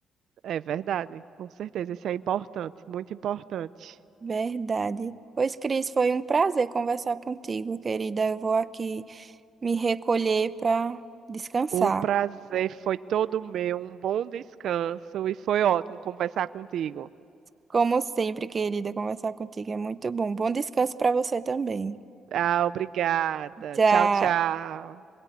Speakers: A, on the right (about 70°); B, on the right (about 35°).
A: É verdade, com certeza. Isso é importante, muito importante.
B: Verdade. Pois, Cris, foi um prazer conversar contigo, querida. Eu vou aqui me recolher para descansar.
A: O prazer foi todo meu, um bom descanso e foi ótimo conversar contigo.
B: Como sempre, querida, conversar contigo é muito bom. Bom descanso para você também.
A: Ah, obrigada.
B: Tchau.
A: Tchau, tchau.